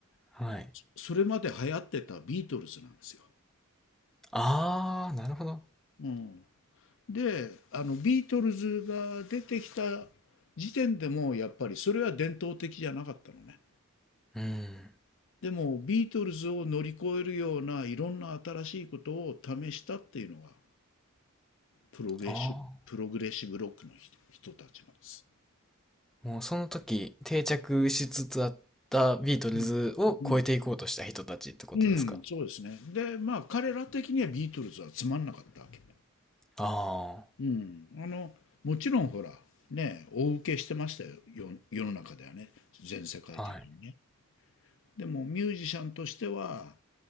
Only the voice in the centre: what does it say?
はい。
あー、なるほど。
うん。
あー
もうその時定着しつつあったビートルズを超えていこうとした人たちってことですか
あ
あ、はい。